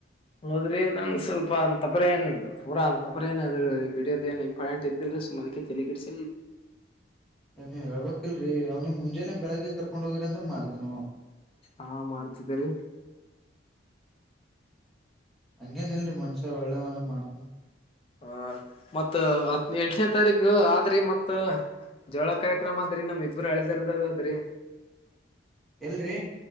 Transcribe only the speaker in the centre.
ಏ ನೀ್ ಹೇಳ್ಬೇಕಿಲ್ರರಿ ಅವ್ ನೀ್ ಮುಂಜೆಾನ ಬೆಳಗ್ಗೆ ಕರ್ಕೊಂಡ್ ಹೋಗಿರಿ ಅಂದ್ರ ಮಾಡ್ತ ನೀವು
ಹಂಗೇನ ಇಲ್ರಿರಿ ಮನ್ಷ್ಯ ಒಳ್ಳೆವನ ಮಾಡ್ತನ್
ಎಲ್ರಿ